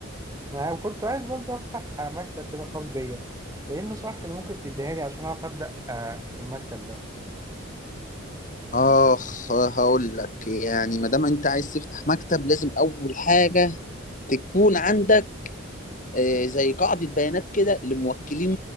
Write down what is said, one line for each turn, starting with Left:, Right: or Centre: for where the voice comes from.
Right: انا كنت عايز برضو افتح مكتب كده خاص بيا ايه النصائح اللي ممكن تديها لي عشان اعرف ابدا آه، في المكتب ده
Left: اخ هقول لك يعني ما دام انت عايز تفتح مكتب لازم اول حاجه تكون عندك آه، زي قاعدة بيانات كده لموكلين